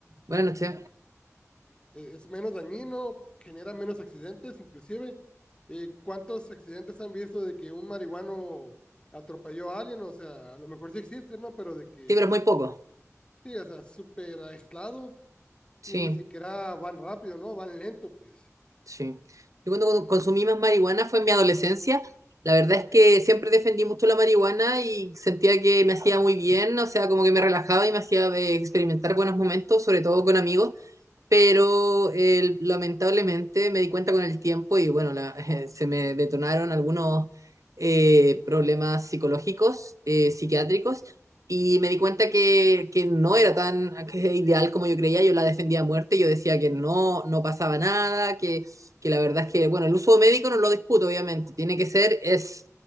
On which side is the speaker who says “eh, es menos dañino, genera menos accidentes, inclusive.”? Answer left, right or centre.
Left